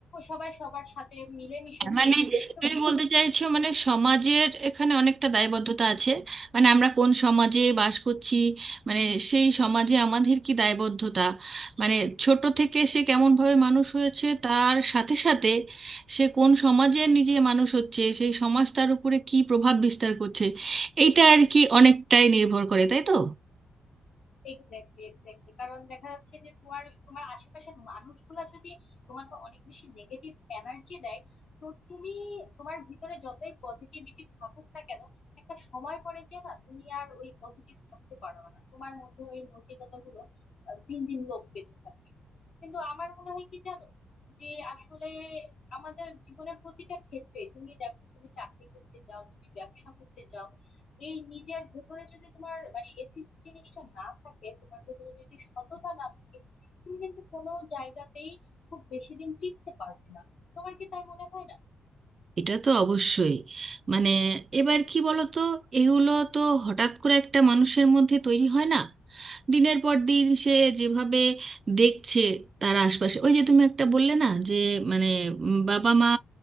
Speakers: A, on the left (about 55°); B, on the right (about 35°).
A: সবাই সবার সাথে মিলেমিশে
B: মানে
A: চলতেছে এরকম
B: তুমি বলতে চাইছো মানে সমাজের এখানে অনেকটা দায়বদ্ধতা আছে মানে আমরা কোন সমাজে বাস করছি মানে সেই সমাজে আমাদের কি দায়বদ্ধতা মানে ছোট থেকে সে কেমনভাবে মানুষ হয়েছে তার সাথে সাথে সে কোন সমাজে নিজে মানুষ হচ্ছে সেই সমাজ তার উপরে কি প্রভাব বিস্তার করছে এইটা আর কি অনেকটাই নির্ভর করে তাই তো
A: Exactly exactly কারণ দেখা যাচ্ছে যে তোমার তোমার আশেপাশের মানুষগুলা যদি তোমাকে অনেক বেশি নেগেটিভ এনার্জি দেয় তো তুমি তোমার ভিতরে যতই পজিটিভিটি থাকুক না কেন একটা সময় পরে যে না তুমি আর ওই পজিটিভ থাকতে পারবে না তোমার মধ্যে ওই নৈতিকতা গুলো আহ, দিন দিন লোপ পেতে থাকবে কিন্তু আমার মনে হয় কি জানো যে আসলে আমাদের জীবনের প্রতিটা ক্ষেত্রে তুমি দেখো তুমি চাকরি করতে যাও তুমি ব্যবসা করতে যাও এই নিজের ভেতরে যদি তোমার মানে এথিক্স জিনিসটা না থাকে তোমার ভেতরে যদি সততা না থাকে তুমি কিন্তু কোনো জায়গাতেই খুব বেশি দিন টিকতে পারবে না তোমার কি তাই মনে হয় না
B: এটা তো অবশ্যই মানে এবার কি বলতো এগুলো তো হঠাৎ করে একটা মানুষের মধ্যে তৈরি হয় না দিনের পর দিন সে যেভাবে দেখছে তার আশপাশে ওই যে তুমি একটা বললে না যে মানে উম, বাবা মা